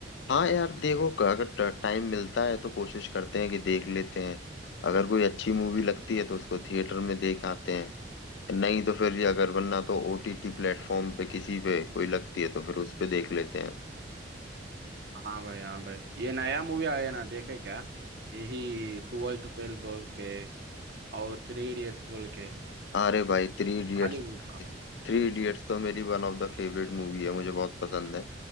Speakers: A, on the left (about 65°); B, on the right (about 60°).
A: हाँ यार देखो क- अगर टाइम मिलता है तो कोशिश करते हैं कि देख लेते हैं अगर कोई अच्छी मूवी लगती है तो उसको थिएटर में देख आते हैं नहीं तो फिर ये अगर वरना तो ओटीटी प्लेटफॉर्म पे किसी पे कोई लगती है तो फिर उस पे देख लेते हैं
B: हाँ भाई हाँ भाई ये नया मूवी आया है ना देखे क्या यही ट्वेल्थ टू फेल बोल के और थ्री इडियट्स बोल के
A: अरे भाई थ्री इडियट्स
B: हॉलीवुड का
A: थ्री इडियट्स तो मेरी one of the favourite movie है मुझे बहुत पसंद है